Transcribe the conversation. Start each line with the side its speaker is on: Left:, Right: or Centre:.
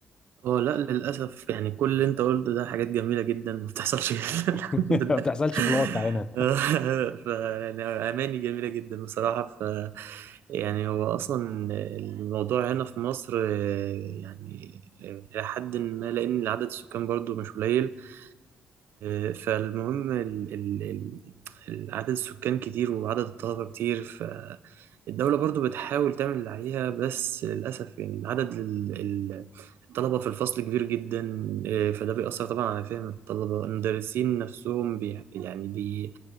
Right: اه لا للأسف يعني كل اللي انت قلته ده حاجات جميلة جدا ما بتحصلش <laughs> الحمد
Left: <laughs>
Right: لله
Left: ما بتحصلش في
Right: <laughs>
Left: الواقع هنا
Right: ف يعني أماني جميلة جدا بصراحة ف يعني هو أصلا الموضوع هنا في مصر آه، يعني إلى حد ما لأن عدد السكان برضو مش قليل آه، فالمهم ال ال ال- عدد السكان كتير وعدد الطلبة كتير الدولة برضو بتحاول تعمل اللي عليها بس للأسف يعني عدد ال- ال- الطلبة في الفصل كبير جدا آه، فده بيأثر طبعا على فهم الطلبة المدرسين نفسهم بي يعني بي